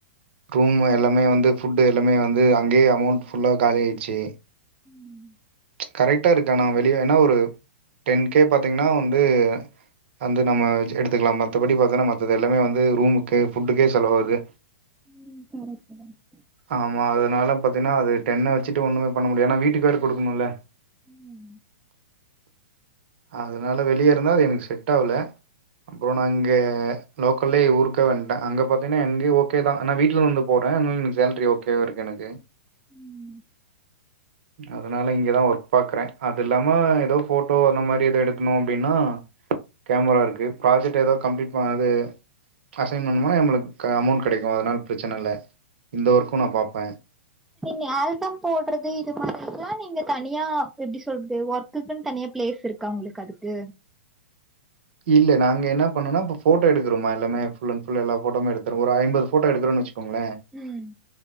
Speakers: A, on the right; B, in the centre.
A: ரூம்மு எல்லாமே வந்து ஃபுட்டு எல்லாமே வந்து அங்கேயே அமௌண்ட் ஃபுல்ல காலி ஆகிடுச்சி
B: ம்
A: கரெக்டா இருக்கு ஆனா வெளிய ஏனா ஒரு டென் கே பாத்தீங்ன்னா வந்து வந்து நம்ம வச்சு எடுத்துக்குலா மத்தபடி பாத்தின்னா மத்தது எல்லாமே வந்து ரூமுக்கு ஃபுட்டுக்கே செலவாது
B: ம் கரெக்ட் தா
A: ஆமா அதனாலப் பாத்தீங்னா அது டென்ன வெச்சுட்டு ஒன்னுமே பண்ண முடியு எனா வீட்டுக் வேற குடுக்குணுல்ல
B: ம்
A: அதனால வெளியே இருந்தா அது எனக்கு செட் ஆகல அப்றோ நா இங்க லோக்கல்லயே ஊர்க்க வந்டே அங்க பாத்தீங்கன்னா இங்கே ஓகே தா ஆனா வீட்ல வந்து போறே அத்னால் எனுக் சேல்ரி ஓகேவா இருக்கு எனக்கு
B: ம்
A: அதுனால இங்க தா ஒர்க் பாக்குறே அது இல்லாம ஏதோ ஃபோட்டோ அந்த மாதிரி ஏதோ எடுக்கணு அப்டின்னா கேமரா இருக்கு ப்ராஜெக்ட் எதா கம்ப்ளீட் பண்ணாது அசைன் பண்ணும்னா நம்பளுக்கு அமௌண்ட் கெடைக்கு அதனால பிரச்சன இல்ல இந்த ஒர்க்கு நா பாப்பே
B: நீங்க ஆல்பம் போடுறது இது மாரிக்குலா நீங்க தனியா எப்டி சொல்றது ஒர்க் க்குகுன் தனியாப் பிளேஸ் இருக்கா உங்ளுக்கு அதுக்கு
A: இல்ல நாங்க என்ன பண்ணுவோனா இப்ப ஃபோட்டோ எடுக்குறோமா எல்லாமே ஃபுல் அன்ட் ஃபுல் எல்லா ஃபோட்டோவுமே எடுத்துருவோ ஒரு ஐம்பது ஃபோட்டோ எடுக்குறோன்னு வச்சுகோங்களே
B: ம்